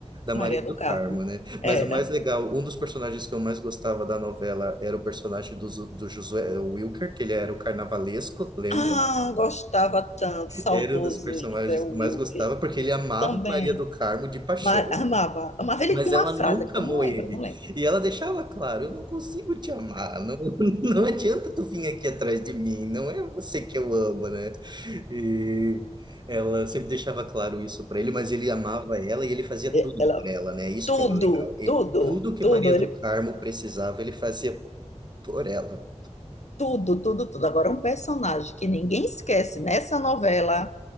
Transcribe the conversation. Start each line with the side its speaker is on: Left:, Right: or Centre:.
Right: da
Left: Maria
Right: Maria do
Left: do Carmo.
Right: Carmo, né?
Left: Era.
Right: Mas o mais legal, um dos personagens que eu mais gostava da novela era o personagem do, Zu- do Josué Wilker, que ele era o carnavalesco, lembra?
Left: Ah, gostava tanto, saudoso
Right: Era um dos personagens
Left: José Wilker.
Right: que eu mais gostava, porque ele amava
Left: Também.
Right: Maria do Carmo de paixão.
Left: Ma- Amava. Amava. Ele
Right: Mas
Left: tinha
Right: ela
Left: uma frase
Right: nunca
Left: que
Right: amou
Left: eu não lembro,
Right: ele.
Left: não lembro.
Right: E ela deixava claro, eu não consigo te amar, não, <laughs> não adianta tu vir aqui atrás de mim, não é você que eu amo, né? E ela sempre deixava claro isso para ele, mas ele amava ela e ele fazia
Left: Ela,
Right: tudo por ela, né? Isso
Left: tudo,
Right: que era legal. Ele,
Left: tudo,
Right: tudo que
Left: tudo,
Right: Maria do
Left: ele,
Right: Carmo precisava, ele fazia por ela.
Left: tudo, tudo, tudo. Agora, um personagem que ninguém esquece nessa novela